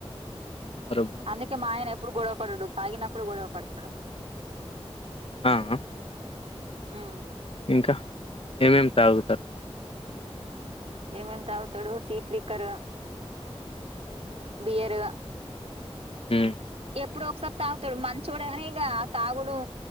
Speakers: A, on the left; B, on the right.
A: అరే బాప్రే.
B: అందుకే మా ఆయన ఎప్ ప్పుడు గొడవపడడు తాగినప్పుడు గొడవ పడతడు.
A: అ ఆ
B: హ్ము
A: ఇంకా, ఏమేమ్ తావుతరు.
B: ఎం ఎం త తడు చీప్లిక్కర్ గ బియర్ గ
A: హు
B: ఎప్పుడో ఒకసారి తావుతడు మంచోడే కానీ ఇగ ఆ తాగుడు